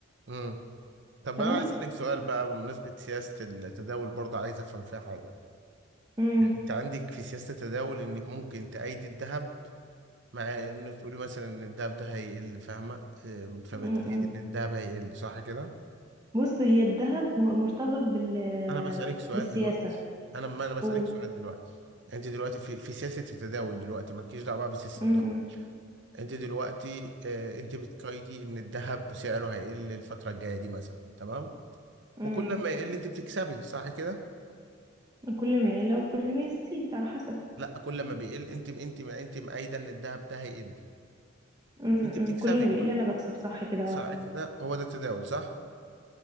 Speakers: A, on the right; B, on the right.
A: امم طب
B: تمام
A: انا عايز اسالك سؤال بقى بمناسبه سياسه التداول برضه عايز افهم فيها حاجه
B: امم
A: يعني انت عندك في سياسه التداول انك ممكن تأيد الذهب مع انه تقولي مثلا ان الذهب ده هيقل فاهمه آه، فبتأيد
B: امم
A: ان الذهب هيقل صح كده
B: بص هي الذهب هو مرتبط بال
A: انا بسالك سؤال
B: بالسياسة
A: دلوقتي انا ما انا بسالك
B: قول
A: سؤال دلوقتي انت دلوقتي في في سياسه التداول دلوقتي مالكيش دعوه بقى بسياسه
B: امم
A: الدول انت دلوقتي آه انت بتقيدي ان الذهب سعره هيقل الفتره الجايه دي مثلا تمام
B: امم
A: وكل ما يقل انت بتكسبي صح كده
B: كل ما يعلى وكل ما يزيد على حسب
A: لا كل ما بيقل انت انت انت مأيده ان الذهب ده هيقل
B: أمم،
A: انت بتكسبي
B: أمم، كل ما
A: كل
B: بيقول لي انا بكسب صح كده اه
A: صح كده هو ده التداول صح